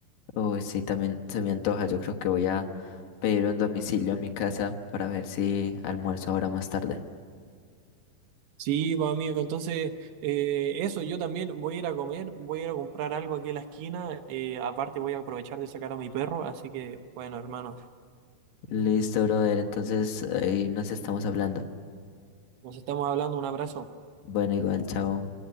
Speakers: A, on the left; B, on the right.
A: Uy, sí, también se me antoja. Yo creo que voy a pedir un domicilio a mi casa para ver si almuerzo ahora más tarde.
B: Sí, pues, amigo, entonces, eh, eso, yo también voy a ir a comer, voy a ir a comprar algo aquí en la esquina. eh, aparte, voy a aprovechar de sacar a mi perro, así que, bueno, hermano,
A: Listo, brother. Entonces ahí nos estamos hablando.
B: nos estamos hablando, un abrazo.
A: Bueno, igual, chao.